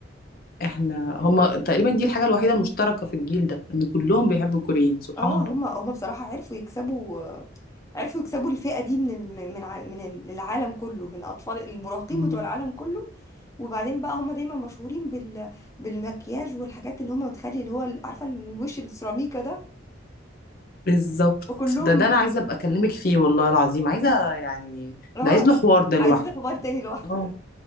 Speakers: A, on the left; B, on the left.
A: احنا هم تقريبا دي الحاجة الوحيدة المشتركة في الجيل ده إن كلهم بيحبوا الكوريين سبحان
B: اه هما هما بصراحه عرفوا يكسبوا عرفوا يكسبوا الفئه دي من ال- من من ع- من العالم كله من اطفال المراهقين
A: الله
B: بتوع العالم كله وبعدين بقى هما دايما مشهورين بال بالمكياج والحاجات اللي هما بتخلي اللي هو ال- عارفه الوش السيراميكا ده
A: بالظبط
B: وكلهم
A: ده ده انا عايزه ابقى اكلمك فيه والله العظيم عايزه يعني
B: اه
A: ده عايز له حوار ده
B: عايزين
A: لوحده
B: حوار
A: يعني
B: تاني لوحده
A: اه
B: ده